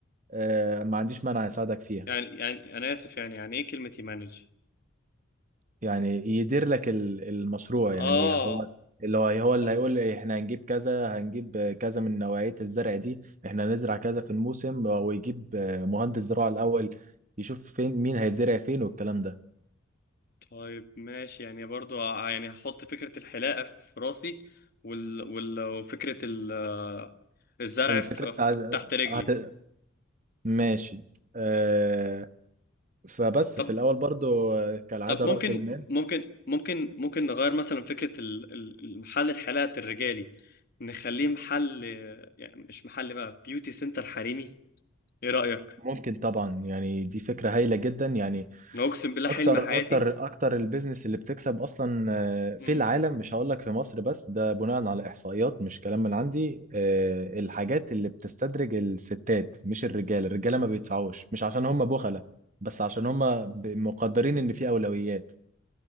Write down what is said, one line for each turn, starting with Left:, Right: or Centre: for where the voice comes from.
Right: آه، ما عنديش مانع يساعدك فيها
Left: يعني يعني انا اسف يعني يعني ايه كلمه يمانج
Right: يعني يدير لك ال- المشروع
Left: اه
Right: يعني هو اللي هو هو اللي
Left: اه
Right: هيقول لي احنا هنجيب كذا هنجيب كذا من نوعية الزرع دي احنا هنزرع كذا في الموسم ويجيب آه، مهندس زراعة الأول يشوف فين مين هيتزرع فين والكلام ده
Left: طيب ماشي يعني برضو ع- يعني هحط فكرة الحلاقة في راسي وال... وال... وفكرة ال... آه، الزرع
Right: الفكرة
Left: في...
Right: بتاع
Left: في... تحت رجلي
Right: هت... ماشي آه، فبس
Left: طب
Right: في الأول برضو آه، كالعادة
Left: طب ممكن
Right: رأس المال
Left: ممكن ممكن ممكن نغير مثلا فكرة ال... ال- المحل الحلاقة الرجالي نخليه محل يعني مش محل بقى بيوتي سنتر حريمي ايه رأيك؟
Right: ممكن طبعا يعني دي فكرة هايلة جدا يعني
Left: انا اقسم بالله
Right: اكتر
Left: حلم حياتي
Right: اكتر اكتر البيزنس اللي بتكسب اصلا آه، في
Left: امم
Right: العالم مش هقول لك في مصر بس ده بناء على احصائيات مش كلام من عندي آه، الحاجات اللي بتستدرج الستات مش الرجال الرجاله ما بيدفعوش مش عشان هم بخلة بس عشان هم ب- مقدرين ان في اولويات